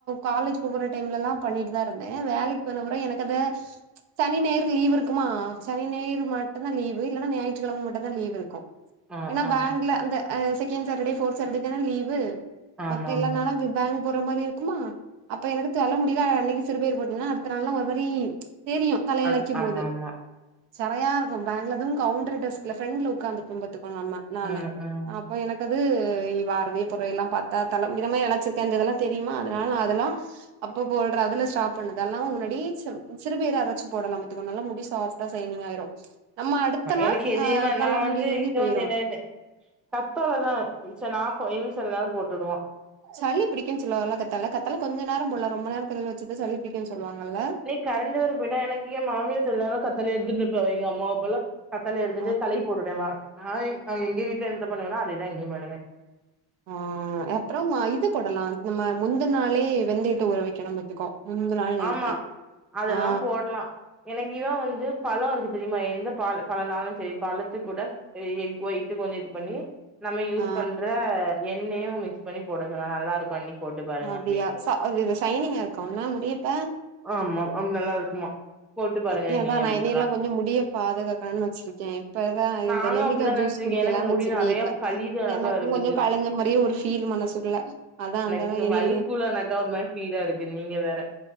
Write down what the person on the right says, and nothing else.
காலேஜ் போற டைம்ல எல்லா பண்ணிட்டு தா இருந்தே வேலைக்கு போனப்புற எனக் அந்த சனி ஞாயிரு லீவ் இருக்குமா சனி ஞாயிர் மட்டுந்தா லீவு இல்லைக்ஷன்னா ஞாயிற்றுக்கெழம மட்டுந்தா லீவ் இருக்கு
ஏன்னா
பேங்க்ல அந்த செகண்ட் சரட்டர்டே போர்த் சரட்டர்டே தானே லீவு
மத்த எல்ல
நாளு பேங்க் போற மாரி இருக்குமா அப்ப எனக்கு தொல்ல முடியால அன்னைக்கு சிறுபயர் போட்டன்னா அடுத்த நாள்லா ஒரு மாரி தெரியு தலையெலைக்கிம்
போது
சரயையா இருக்கு பேங்கள அதும் கவுண்டர் டெஸ்ட்ல பிரன்ட்ல உக்காந்துப்போ பாத்துக்கோ நம்ம நானு
ஆ இப்போ எனக்கு அது வார்வெ பொறவ எல்லா பாத்தா தலைமே இழைச்சு தெந்ததெல்லா தெரியுமா அதனால நா அதெல்லா அப்போ போட்ற அதுல ஸ்டாப் பண்ணுதெல்லா முன்னாடி சிற் சிறு பயிர் அரைச்சு போட்லா பத்துக்கோ நல்லா முடி சாஃப் சைனிங்கா ஆயிரு நம்ம அடுத்த நாள்
ஆ
தலமுடியிலருந்து
போயிரு
சளி பிடிக்கும்ன்னு சொல்லுவால்ல கத்தால கத்தால கொஞ்ச நேரம் போல ரொம்ப நேரோ தலைல வச்சுத சளி பிடிக்கும்னு சொல்லுவாங்கல்ல
ஆ
ஆ அப்புறமா இது போட்லா நம்ம முந்த நாளே வெந்தையட்டு ஊற வெக்கணு பத்துக்கோ முந்த நாள் நைட்டே
ஆ
ஆ
அப்டியா
ச அதுஇது ஷைனிங்கா இருக்குல்ல முடியப்ப
இக்
எதா
நா எண்ணையெல்லா
கொஞ்ச முடிய பாதுகாக்கனு வச்சிருக்கே இப்பதா
இந்த நெல்லிகா
ஜூஸ்
குடிக்கலானு
வெச்சிருக்கே
இப்ப
எனக்கு
கொஞ்ச கலைஞ்ச மாரியே ஒரு பீல் மனசுக்குள்ள அதா அந்த
இனி